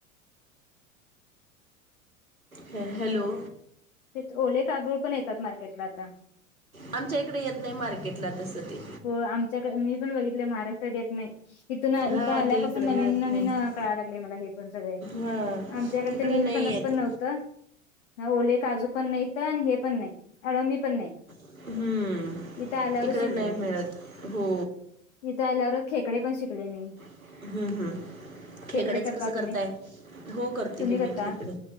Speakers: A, on the right (about 85°); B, on the left (about 60°).
A: हॅ हॅलो!
B: ते ओले काजू पण येतात मार्केटला आता
A: आमच्या इकडे येत नाही मार्केटला तसं ते.
B: हो आमच्याकडे मी पण बघितले महाराष्ट्रात येत नाही. इथून
A: हां
B: इथं आल्यापासून
A: ते इकडे
B: नवीन
A: येत
B: नवीन
A: नाही
B: कळायला लागले मला हे पण सगळे.
A: हां
B: आमच्या इकडे ते नील
A: नाही
B: बनत
A: येत
B: पण नव्हत त, हा ओले काजू पण नाहीत आणि हे पण नाही आळंबी पण नाही
A: हम्म
B: इथं आल्यावरच
A: इकड
B: शिकले
A: नाही
B: मी
A: मिळत. हो.
B: इथं आल्यावर खेकडे पण शिकले मी
A: हम्म हम्म, खेकड्याचं
B: खेकडे करता
A: कसं करताय?
B: तुम्ही
A: हो करते
B: तुम्ही
A: की
B: करता
A: मी खेकडे,